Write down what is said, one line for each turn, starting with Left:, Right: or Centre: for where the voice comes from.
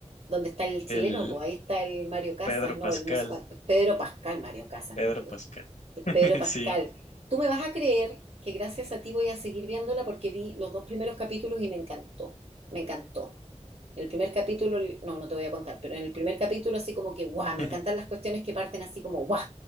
Right: dónde está el chileno?
Left: el
Right: Pues ahí está el Mario Casas,
Left: Pedro Pascal,
Right: no, el no sé cuánto, Pedro Pascal, Mario Casas,
Left: Pedro
Right: nada que
Left: Pascal.
Right: ver. El
Left: <laughs>
Right: Pedro Pascal.
Left: Sí,
Right: Tú me vas a creer que gracias a ti voy a seguir viéndola porque vi los dos primeros capítulos y me encantó, me encantó. El primer capítulo, no, no te voy a contar, pero en el primer capítulo así como que, guau, me
Left: <laughs>
Right: encantan las cuestiones que parten así como, guau,